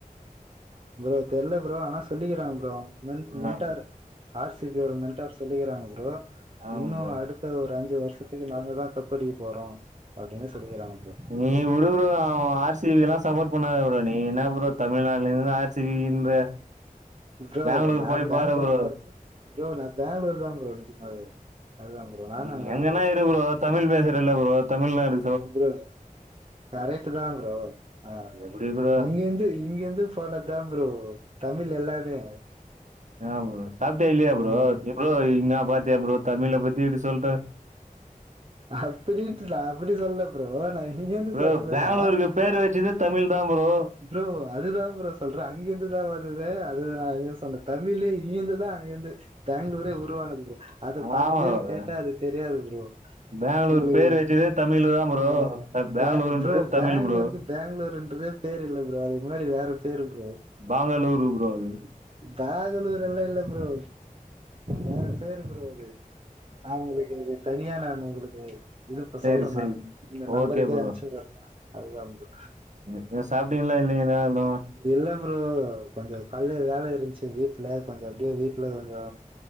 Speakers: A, on the right; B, on the right.
A: ப்ரோ தெர்ல ப்ரோ ஆனா சொல்லிக்கிறாங்க ப்ரோ அவ்ங் மென்
B: ஆ
A: மென்ட்டாரு ஆர் சி பியோட மென்டார் சொல்லிக்கிறாங்க ப்ரோ
B: ஆமா
A: இன்னு
B: ப்ரோ
A: அடு த்து ஒரு அஞ்சு வருஷத்துக்கு நாங்கதா கப்படிக்க போறோ அப்டின்னு சொல்லிக்கிறாங்க ப்ரோ
B: நீ உடு ப்ரோ ஆர் சி பி எலா சப்போட் பண்ணாத ப்ரோ நீ என்ன ப்ரோ தமிழ்நாட்ல இருந்து ஆர்ஸ் சி பி ன்ற
A: ப்ரோ
B: பேங்களூரு
A: நா
B: போய்
A: பேங்களூர்
B: பாரு ப்ரோ
A: தா ப்ரோ நான் பேங்க்ளூர்தா ப்ரோ நெஜமாவே அதுதா ப்ரோ நானு அங்கதா
B: நீ எங்கனா இரு ப்ரோ தமிழ் பேசுறல ப்ரோ தமிழ்நாடு
A: ப்ரோ கரைட்டுதா ப்ரோ ஆ
B: எப்டி ப்ரோ
A: இங்கிர்ந்து இங்கிர்ந்து போனதா ப்ரோ தமிழ் எல்லாமே
B: ஏன் ப்ரோ சாப்ட்டியா இல்லையா ப்ரோ
A: ம்
B: எ ப்ரோ இன்ன பாத்தியா ப்ரோ தமிழ பத்தி இப்டி சொல்ற
A: அப்டின்ட்டு நா அப்டி சொல்ல ப்ரோ நா இங்கிருந்து
B: ப்ரோ
A: சொன்னதுன்னா
B: பேங்ளூருக்கு பேரு வச்சதே தமிழ்தா ப்ரோ
A: ப்ரோ அதுதான் ப்ரோ சொல்ற அங்கிர்ந்துதா வருது அது நான் எங்க சொன்ன தமிழே இங்கிர்ந்துதா அங்கர்ந்து பேங்களூரே உருவானது ப்ரோ அத
B: ஆமா
A: பாதி பேரு
B: ப்ரோ
A: கேட்டா அது தெரியாது ப்ரோ
B: பெங்களூர்
A: ம்
B: பேர் வச்சதே தமிழ் தா ப்ரோ
A: ஆ
B: பெங்களூருன்றது
A: ப ப்ரோ
B: தமிழ்
A: பேங்களூருக்கு
B: ப்ரோ
A: பேங்களூர்ன்றதே பேர் இல்ல ப்ரோ அதுக்கு முன்னாடி வேற பேரு ப்ரோ
B: பாங்களூரு ப்ரோ அது
A: பேகனூரெல்லா இல்ல ப்ரோ வேற பேரு ப்ரோ அது ஆ உங்ளுக்கு இது தனியா நானு உங்குளுக்கு இரு இப்ப
B: சேரி
A: சொல்ற
B: சேரி
A: நானு இந்த நம்பருக்கே
B: ஓகே ப்ரோ
A: அம்ச்சுவுட்ற அப்றமா அதுதான் ப்ரோ
B: நீங்க சாப்ட்டீங்ளா இல்லைங்கிளா இன்னூ
A: இல்ல ப்ரோ கொஞ்சோ கால்ல வேல இருந்ச்சு வீட்ல கொஞ்சம் அப்டியே வீட்ல கொஞ்சோ